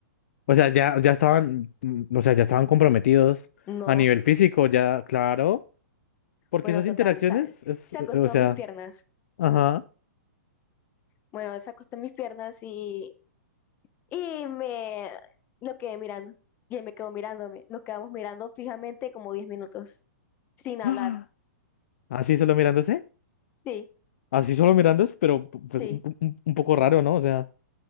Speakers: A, on the left (about 55°); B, on the left (about 20°).
A: O sea, ya, ya estaban, mm, o sea, ya estaban comprometidos
B: No,
A: a nivel físico, ya, claro. Porque
B: bueno,
A: esas
B: total,
A: interacciones
B: ¿sabes?
A: es,
B: Se
A: eh,
B: acostó
A: o sea,
B: en mis piernas.
A: ajá.
B: Bueno, él se acostó en mis piernas y, y me lo quedé mirando, y él me quedó mirándome. Nos quedamos mirando fijamente como 10 minutos, sin hablar.
A: ¡Ah! Así solo mirándose,
B: Sí.
A: así solo mirándose, pero pu-
B: Sí,
A: pues un, un- un- poco raro, ¿no? O sea,